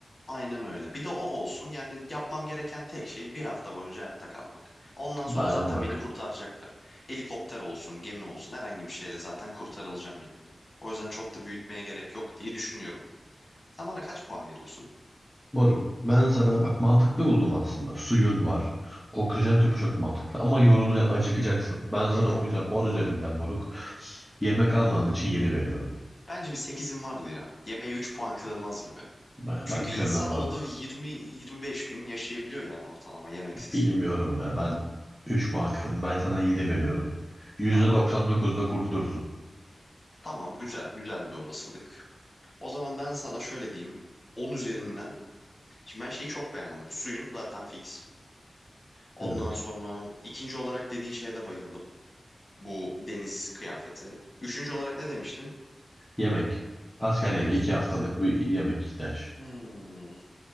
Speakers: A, on the left; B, in the centre.
A: Aynen öyle. Bir de o olsun. Yani yapmam gereken tek şey bir hafta boyunca hayatta kalmak. Ondan sonra
B: Dayanmak.
A: zaten beni kurtaracaklar. Helikopter olsun, gemi olsun, herhangi bir şeyle zaten kurtarılacağım yani. O yüzden çok da büyütmeye gerek yok diye düşünüyorum. Sen bana kaç puan veriyorsun?
B: Moruk ben sana bak mantıklı buldum aslında. Suyun var. Oksijen tüpü çok mantıklı ama yorulacaksın, acıkacaksın. Ben sana
A: Hı hı.
B: o yüzden 10 üzerinden moruk. Yemek almanın için 7 veriyorum.
A: Bence bir 8'im vardı ya. Yemeğe 3 puan kırılmaz gibi.
B: Ben,
A: Çünkü
B: ben kırdım
A: insan
B: moruk.
A: olduğu 20-25 gün yaşayabiliyor yani ortalama yemeksiz.
B: Bilmiyorum ya ben 3 puan kırdım. Ben sana 7 veriyorum. %99'da
A: Tamam.
B: kurtulursun.
A: Tamam, güzel. Güzel bir olasılık. O zaman ben sana şöyle diyeyim. 10 üzerinden Şimdi ben şeyi çok beğendim. Suyun zaten fix. Ondan
B: Evet.
A: sonra ikinci olarak dediğin şeye de bayıldım. Bu deniz kıyafeti. Üçüncü olarak ne demiştin?
B: Yemek. Asker
A: Yemek.
B: yemeği 2 haftalık bir yemek ihtiyaç.
A: Hmm.